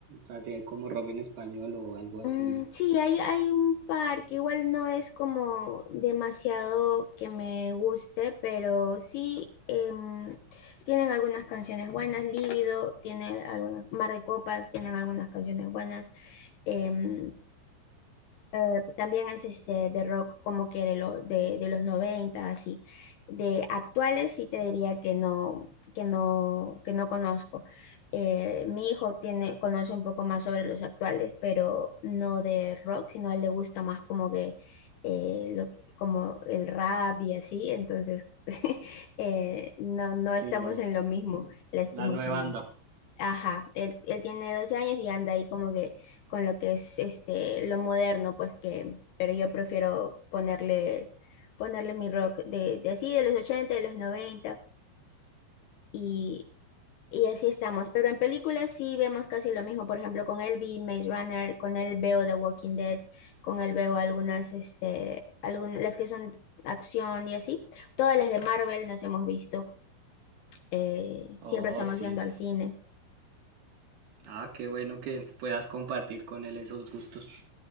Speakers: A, on the right (about 60°); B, on the left (about 70°).
A: Así como rock en español o algo así.
B: Mm, sí, hay, hay un par que igual no es como demasiado que me guste, pero sí em, tienen algunas canciones buenas, Líbido, tiene algunas, Mar de Copas, tienen algunas canciones buenas. em, eh, también es este de rock como que de, lo, de, de los 90 así. De actuales sí te diría que no, que no, que no conozco. Eh, mi hijo tiene, conoce un poco más sobre los actuales, pero no de rock, sino a él le gusta más como que eh, lo, que- como el rap y así, entonces <laughs> eh, no, no
A: Sí,
B: estamos
A: lo,
B: en lo mismo, lastimosamente.
A: la nueva banda.
B: Ajá, él, él tiene 12 años y anda ahí como que con lo que es este lo moderno, pues que, pero yo prefiero ponerle, ponerle mi rock de, de así, de los 80 de los 90 y, y así estamos. Pero en películas sí vemos casi lo mismo, por ejemplo, con él vi Maze Runner, con él veo The Walking Dead, con él veo algunas, este, algunas, las que son acción y así. Todas las de Marvel nos hemos visto, eh,
A: Oh,
B: siempre estamos
A: sí.
B: yendo al cine.
A: Ah, qué bueno que puedas compartir con él esos gustos.